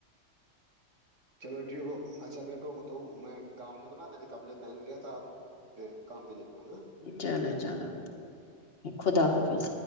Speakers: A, on the right; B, on the left.
A: چلو ٹھیک ہو اچھا بیٹو تو میں کام نہیں کرنا میں نے کپڑے پہن لیا تھا اب میں کام پہ نکلوں گا
B: چلو چلو خدا حافظ